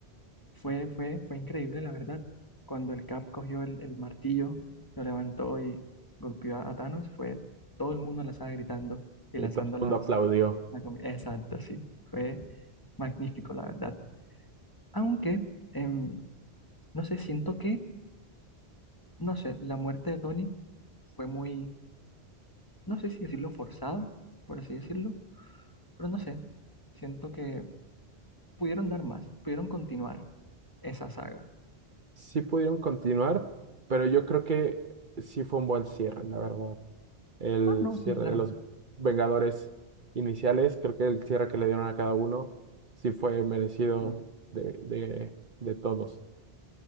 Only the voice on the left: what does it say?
Fue, fue, fue increíble, la verdad. Cuando el Cap cogió el, el martillo, lo levantó y golpeó a, a Thanos, fue todo el mundo en la sala gritando y
lanzando
las...
la cami- Exacto, sí. Fue magnífico, la verdad. Aunque, em, no sé, siento que, no sé, la muerte de Tony fue muy, no sé si decirlo forzada, por así decirlo, pero no sé, siento que pudieron dar más, pudieron continuar esa saga.
Ah, no,
sí, claro.
sí